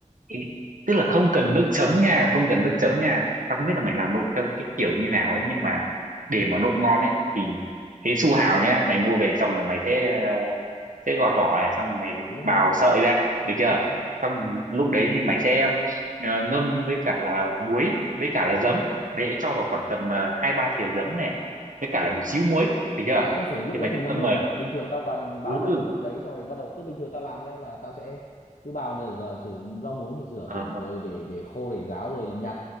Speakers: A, on the right; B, on the left.
A: Ý- tức là không cần nước chấm nha không cần nước chấm nha tao không biết là mày làm nộm theo cái kiểu như nào ấy nhưng mà để mà nộm ngon ấy thì cái su hào nhá mày mua về xong rồi mày sẽ ờ, sẽ gọt vỏ này xong rồi mày
B: đúng rồi
A: bào sợi ra được
B: đúng
A: chưa
B: rồi
A: xong lúc đấy thì mày sẽ ờ, ngâm với cả là muối với cả là giấm mày sẽ cho vào khoảng tầm ờ, hai ba thìa giấm này với cả là một xíu muối được chưa
B: À tớ phải lúc
A: thì
B: đấy
A: mày
B: phải
A: sẽ
B: ngâm
A: ngâm
B: luôn
A: mà
B: à Bình thường tao toàn bào
A: ừ
B: xong tao vứt đấy Xong rồi bắt đầu Tức bình thường tao làm nhá là tao sẽ Cứ bào rồi giờ sử rau muống thì rửa
A: ờ,
B: dùng Rồi để để khô để ráo rồi nhặt